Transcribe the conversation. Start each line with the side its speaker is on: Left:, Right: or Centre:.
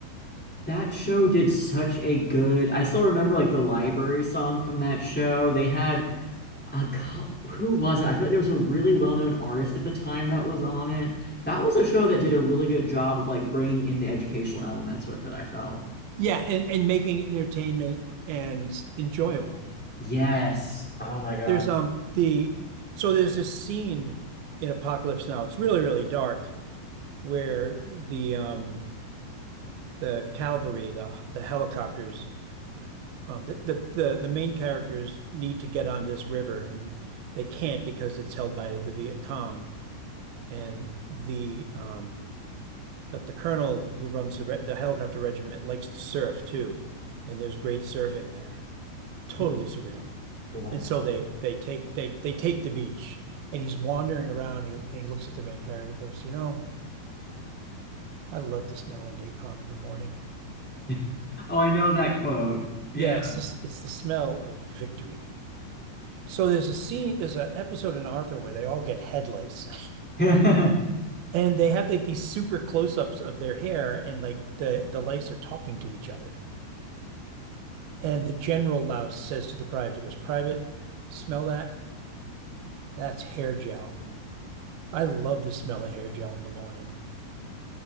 Centre: That show did such a good. I still remember like the library song from that show. They had a co- who was it? I feel like there was a really well-known artist at the time that was on it. That was a show that did a really good job of like bringing in the educational elements with it, I felt.
Right: Yeah, and, and making it entertainment and enjoyable.
Centre: Yes. Oh my God.
Right: There's um the so there's this scene in Apocalypse Now. It's really, really dark where the um the cavalry, the the helicopters, um the the the, the main characters need to get onto this river and they can't because it's held by the Viet Cong. And the um but the colonel who runs the re the helicopter regiment likes to surf too, and there's great surfing there. Totally
Centre: Ooh,
Right: surreal.
Centre: wow.
Right: And so they they take they they take the beach, and he's wandering around. And he, and he looks at the main character. He goes, "You know, I love the smell of napalm in the morning.
Centre: <laughs> Oh, I know that quote. Yeah.
Right: Yeah, it's this it's the smell of victory." So there's a scene, there's an episode in Arthur where they all get head lice,
Centre: <laughs>
Right: <laughs> and they have like these super close-ups of their hair, and like the the lice are talking to each other. And the general louse says to the private, he goes, "Private, smell that? That's hair gel. I love the smell of hair gel in the morning."